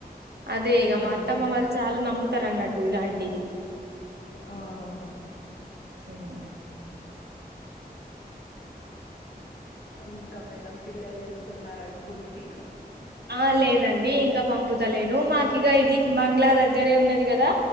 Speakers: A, on the right (about 85°); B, on the left (about 85°).
A: అదే ఇక
B: ఉమ్
A: మా అత్తమ్మ వాళ్ళు చాలా నమ్ముతారు అన్నట్టు టు ఇలాంటిది
B: ఆహా
A: హ్మ్
B: ఇంకా మేడం పిల్లలు వెళ్తున్నారు స్కూల్ కి
A: ఆ లేదండి ఇంకా పంపుతలేను మాకు ఇగ ఇది బంగ్లా దగ్గరే ఉన్నది కదా